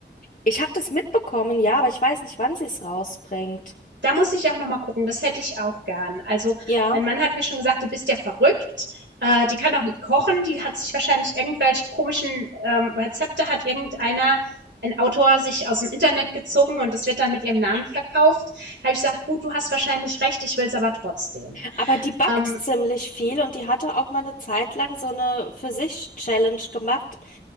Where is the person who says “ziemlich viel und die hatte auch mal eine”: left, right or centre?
Left